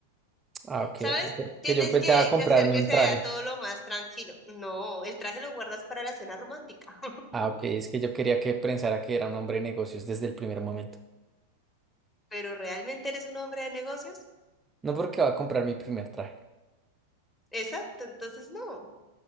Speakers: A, on the right; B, on the left.
A: Ah, ok,
B: ¿Sabes?
A: ok.
B: Tienes
A: Que yo pensaba
B: que,
A: comprarme
B: que hacer que
A: un
B: se
A: traje.
B: vea todo lo más tranquilo. No, el traje lo guardas para la cena romántica,
A: Ah, ok, es que yo quería que pensara que era un hombre de negocios desde el primer momento.
B: pero ¿realmente eres un hombre de negocios?
A: No porque va a comprar mi primer traje.
B: Exacto, entonces no.